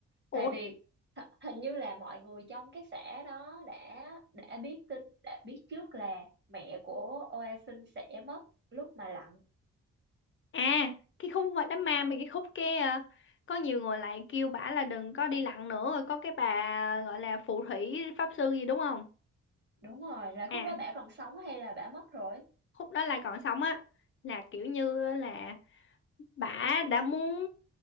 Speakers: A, on the left; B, on the right.
A: ủa
B: tại vì h- hình như là mọi người trong cái xã đó đã đã biết tin đã biết trước là mẹ của Oasin sẽ mất lúc mà lạnh
A: à cái khúc mà đám ma mà cái khúc cái ờ, có nhiều người lại kêu bả là đừng có đi lặn nữa rồi có cái bà gọi là phù thủy pháp sư gì đúng không
B: đúng rồi là khúc
A: à
B: đó bả còn sống hay là bả mất rồi
A: khúc đó là còn sống á là kiểu như là bả đã muốn